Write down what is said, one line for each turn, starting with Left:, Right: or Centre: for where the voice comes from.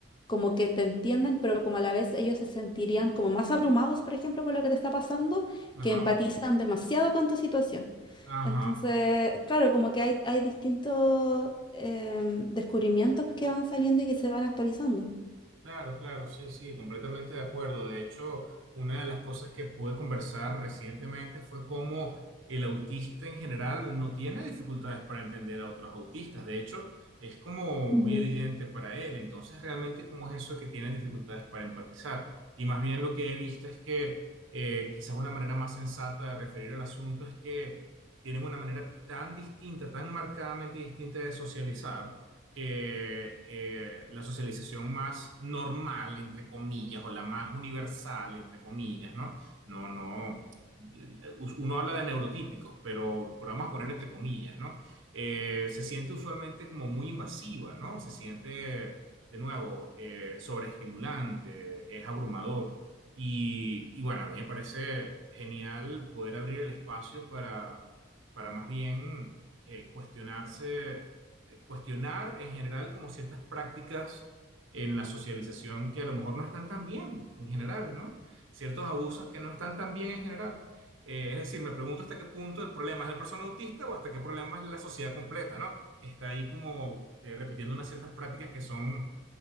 Left: como que te entiendan, pero como a la vez ellos se sentirían como más abrumados, por ejemplo, por lo que te está pasando,
Right: Ajá,
Left: que empatizan demasiado con tu situación.
Right: ajá.
Left: Entonces, claro, como que hay, hay distintos em, descubrimientos que van saliendo y que se van actualizando.
Right: Claro, claro, sí, sí, completamente de acuerdo. De hecho, una de las cosas que pude conversar recientemente fue cómo el autista en general no tiene dificultades para entender a otros autistas. De hecho, es como
Left: Ujú.
Right: muy evidente para él. Entonces, realmente, ¿cómo es eso de que tienen dificultades para empatizar? Y más bien lo que he visto es que eh, quizás una manera más sensata de referir al asunto es que tienen una manera tan distinta, tan marcadamente distinta de socializar que eh, la socialización más normal, entre comillas, o la más universal, entre comillas, ¿no? No, no. eh, Uno habla de neurotípicos, pero, pero vamos a poner entre comillas, ¿no? Eh, se siente usualmente como muy invasiva, ¿no? Se siente, de nuevo, eh, sobreestimulante, es abrumador. Y, y bueno, a mí me parece genial poder abrir el espacio para, para más bien eh, cuestionarse eh, cuestionar en general como ciertas prácticas en la socialización que a lo mejor no están tan bien en general, ¿no? Ciertos abusos que no están tan bien en general. Eh, es decir, me pregunto hasta qué punto el problema es el persona autista o hasta qué problema es la sociedad completa, ¿no? Que está ahí como eh, repitiendo unas ciertas prácticas que son